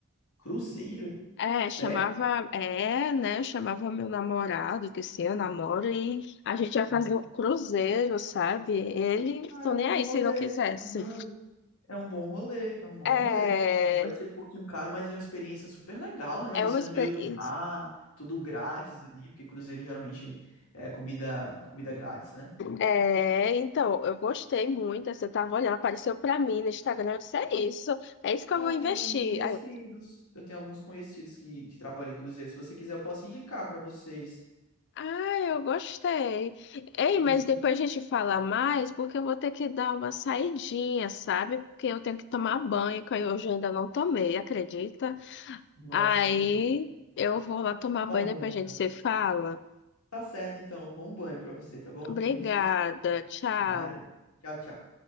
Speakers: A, on the left; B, on the left.
A: Cruzeiro?
B: É,
A: Sério?
B: chamava, é, né? Eu chamava meu namorado, que sim, eu namoro, e a gente ia fazer
A: Uhum.
B: um cruzeiro, sabe? Ele,
A: Ah,
B: tô
A: é um
B: nem
A: bom
B: aí
A: rolê.
B: se não quisesse.
A: É um bom rolê. É um bom rolê, é um bom
B: É,
A: rolê. Assim, pode ser um pouquinho caro, mas é uma experiência super legal, né?
B: é
A: Você
B: uma experiência.
A: no meio do mar, tudo grátis ali, porque cruzeiro geralmente é comida, comida grátis, né?
B: É, então, eu gostei muito. Você tava olhando, apareceu pra mim no Instagram. Eu disse, é isso, é isso que
A: Ah,
B: eu vou
A: eu
B: investir.
A: tenho alguns conhecidos.
B: Aí eu,
A: Eu tenho alguns conhecidos que, que trabalham em cruzeiro. Se você quiser, eu posso indicar pra vocês.
B: ah, eu gostei. Ei,
A: Uhum.
B: mas depois a gente fala mais, porque eu vou ter que dar uma saidinha, sabe? Porque eu tenho que tomar banho, que eu hoje ainda não tomei, acredita?
A: Nossa,
B: Aí
A: meu Deus.
B: eu vou lá tomar
A: Tá
B: banho,
A: bom,
B: depois
A: então.
B: a gente se fala.
A: Tá certo, então. Bom banho pra você, tá bom?
B: Obrigada,
A: Depois a gente se fala.
B: tchau.
A: Nada. Tchau, tchau.